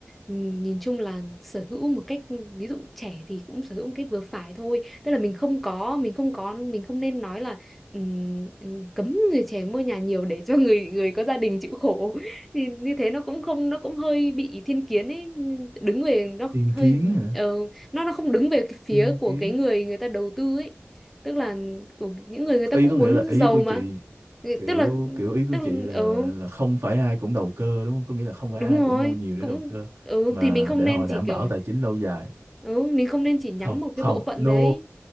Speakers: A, in the centre; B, on the right.
A: ừ, nhìn chung là sở hữu một cách ví dụ trẻ thì cũng sở hữu một cách vừa phải thôi tức là mình không có mình không có mình không nên nói là ừm, ừm, cấm người trẻ mua nhà nhiều để cho người người có gia đình chịu khổ <laughs> thì như thế nó cũng không nó cũng hơi bị thiên kiến ấy đứng về nó
B: thiên
A: hơi
B: kiến hả
A: ờ, nó nó không đứng về cái phía
B: thiên
A: của
B: kiến
A: cái người người ta đầu tư ấy tức là của những người người ta
B: ý
A: cũng
B: có nghĩa
A: muốn
B: là ý
A: giàu
B: của
A: mà
B: chị
A: Ừ,
B: kiểu
A: tức là
B: kiểu ý của
A: tức là
B: chị là
A: ừ
B: là không phải ai cũng đầu cơ đúng không có nghĩa là không phải
A: đúng
B: ai
A: rồi
B: cũng mua nhiều để
A: cũng
B: đầu cơ
A: ừ
B: mà
A: thì mình không
B: để
A: nên
B: họ đảm
A: chỉ kiểu
B: bảo tài chính lâu dài
A: ừ mình không nên chỉ nhắm
B: không
A: một cái
B: không
A: bộ phận
B: no
A: đấy